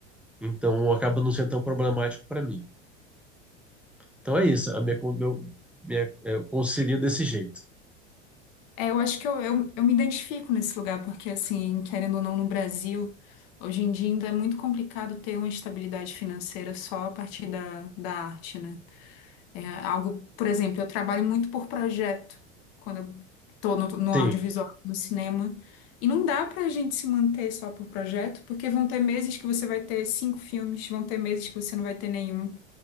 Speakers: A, in the centre; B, on the left.
A: então acaba não sendo tão problemático para mim. Então é isso, a minha, co- meu, minha, é, eu concilio desse jeito.
B: É, eu acho que eu, eu, eu me identifico nesse lugar, porque, assim, querendo ou não, no Brasil, hoje em dia ainda é muito complicado ter uma estabilidade financeira só a partir da, da arte, né? É algo, por exemplo, eu trabalho muito por projeto, quando eu tô no, no
A: Sim.
B: audiovisual, no cinema, e não dá pra gente se manter só por projeto, porque vão ter meses que você vai ter cinco filmes, vão ter meses que você não vai ter nenhum.